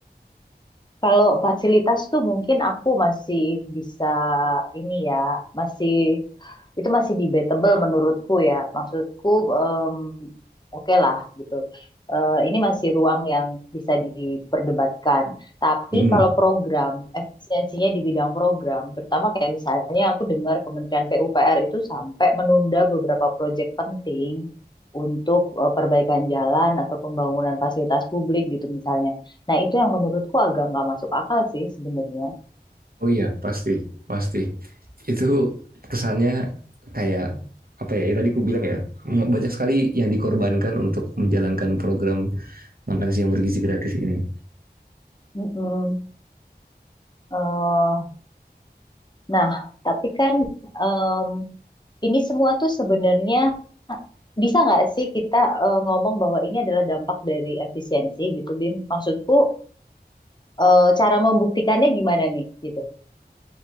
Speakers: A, on the left (about 25°); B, on the right (about 60°).
A: Kalau fasilitas tuh mungkin aku masih bisa ini ya, masih itu masih debatable menurutku ya. Maksudku em, oke lah gitu. Eh, ini masih ruang yang bisa diperdebatkan. Tapi
B: hmm.
A: kalau program, efisiensinya di bidang program, terutama kayak misalnya aku dengar Kementerian PUPR itu sampai menunda beberapa proyek penting untuk eh, perbaikan jalan atau pembangunan fasilitas publik gitu misalnya. Nah, itu yang menurutku agak nggak masuk akal sih sebenarnya.
B: oh iya pasti pasti itu kesannya kayak apa ya, ya tadi aku bilang ya banyak sekali yang dikorbankan untuk menjalankan program makan siang bergizi gratis ini
A: Mm-mm. Eh, nah, tapi kan em, ini semua tuh sebenarnya bisa nggak sih kita eh, ngomong bahwa ini adalah dampak dari efisiensi gitu, Bim? Maksudku eh, cara membuktikannya gimana nih gitu?